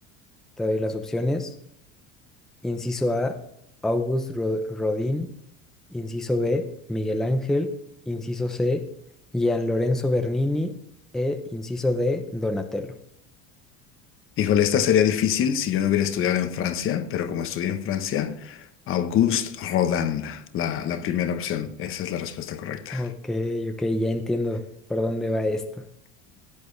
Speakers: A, in the centre; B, on the left.
A: Te doy las opciones. Inciso A, August Ro- Rodin. Inciso B, Miguel Ángel. Inciso C, Gian Lorenzo Bernini. E inciso D, Donatello.
B: Híjole, esta sería difícil si yo no hubiera estudiado en Francia, pero como estudié en Francia, Auguste Rodin, la, la primera opción. Esa es la respuesta correcta.
A: Ok, ok, ya entiendo por dónde va esto.